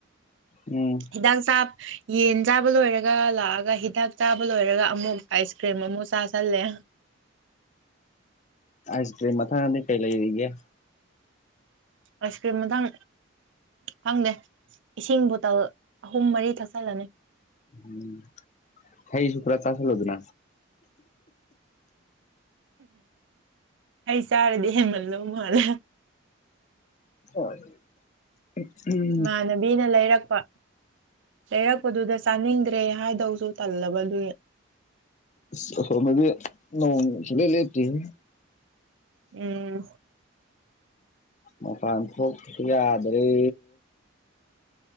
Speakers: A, on the left (about 35°); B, on the right (about 65°).
A: ꯎꯝ
B: ꯍꯤꯗꯥꯛ ꯆꯕꯥ ꯌꯦꯟ ꯆꯥꯕ ꯂꯣꯏꯔꯒ ꯂꯥꯛꯑꯒ ꯍꯤꯗꯥꯛ ꯆꯥꯕ ꯂꯣꯏꯔꯒ ꯑꯃꯨꯛ ꯑꯥꯏꯁ ꯀ꯭ꯔꯤꯝ ꯑꯃꯨꯛ ꯆꯥꯥꯁꯜꯂꯦ
A: ꯑꯥꯢꯁ ꯀ꯭ꯔꯤꯝ ꯃꯊꯥꯡꯗꯤ ꯀꯩ ꯂꯩꯔꯤꯒꯦ
B: ꯑꯥꯏꯁ ꯀ꯭ꯔꯤꯝ ꯃꯊꯪ ꯈꯪꯗꯦ ꯏꯁꯤꯡ ꯕꯣꯇꯜ ꯑꯍꯨꯝ ꯃꯔꯤ ꯊꯛꯆꯜꯂꯅꯤ
A: ꯎꯝ ꯍꯩꯁꯨ ꯄꯨꯔꯥ ꯆꯥꯁꯤꯜꯂꯣꯗꯅ
B: ꯍꯩ ꯆꯥꯔꯗꯤ ꯍꯦꯟꯃꯜꯂꯧ ꯃꯥꯜꯂꯦ
A: ꯍꯣꯏ <unintelligible>
B: ꯏꯃꯥꯟꯅꯕꯤꯅ ꯂꯩꯔꯛꯄ ꯂꯩꯔꯛꯄꯗꯨꯗ ꯆꯥꯅꯤꯡꯗ꯭ꯔꯦ ꯍꯥꯏꯗꯧꯁꯨ ꯇꯜꯂꯕ ꯑꯗꯨꯏꯒꯤ
A: ꯑꯁ ꯑꯈꯣꯏꯔꯣꯝꯗꯗꯤ ꯅꯣꯡ ꯁꯨꯡꯂꯦꯞ ꯂꯦꯞꯇ꯭ꯔꯦꯍꯦ
B: ꯎꯝ
A: ꯃꯄꯥꯟ ꯊꯣꯛꯄꯁꯨ ꯌꯥꯗꯔꯦ